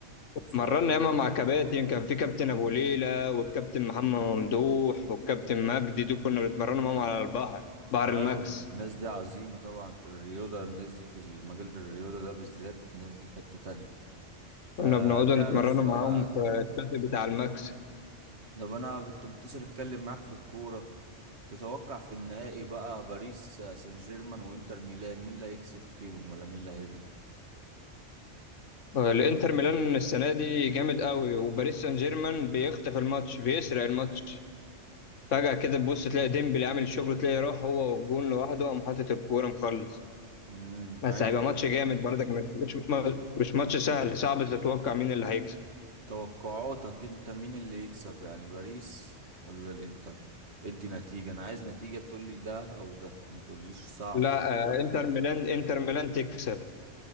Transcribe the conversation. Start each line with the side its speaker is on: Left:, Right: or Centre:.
Right: ف
Left: مرنا ياما مع كباتن كان في كابتن ابو ليلى والكابتن محمد ممدوح والكابتن مجدي دول كنا بنتمرنوا معاهم على البحر بحر
Right: أيوة،
Left: الماكس
Right: الناس دي عظيمة طبعا في الرياضة الناس دي في المجال الرياضة ده بالذات الناس دي في حتة تانية
Left: كنا
Right: أه
Left: بنقعدوا
Right: تعرف
Left: نتمرنوا معاهم
Right: آه،
Left: في الشاطئ بتاع الماكس
Right: طب أنا كنت متصل أتكلم معاك في الكورة تتوقع في النهائي بقى باريس آه، سان جيرمان وإنتر ميلان مين اللي هيكسب فيهم ولا مين اللي هيغلب؟
Left: الانتر ميلان السنه دي جامد قوي وباريس سان جيرمان بيخطف الماتش بيسرق الماتش فجاه كده تبص تلاقي ديمبلي عامل شغل تلاقي راح هو والجون لوحده قام حاطط الكوره مخلص
Right: امم
Left: بس
Right: يعني أنت
Left: هيبقى ماتش جامد برضك مش مش ماتش سهل صعب تتوقع مين اللي هيكسب
Right: توقعاتك أنت مين اللي يكسب يعني باريس ولا الإنتر؟ ادي نتيجة أنا عايز نتيجة تقولي ده أو ده ما تقوليش صعب
Left: لا آه، انتر ميلان انتر ميلان تكسب